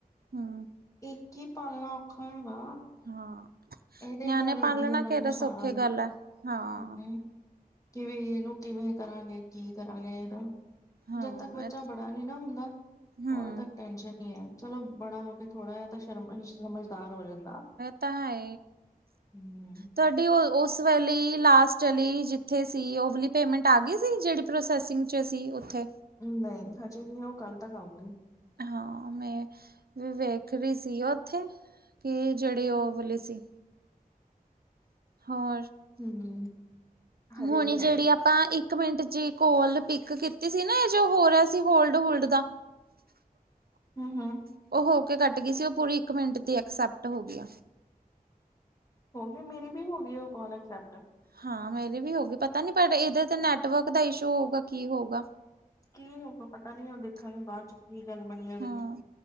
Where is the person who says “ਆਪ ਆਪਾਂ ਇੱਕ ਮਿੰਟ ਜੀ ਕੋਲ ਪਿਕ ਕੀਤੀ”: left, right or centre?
Right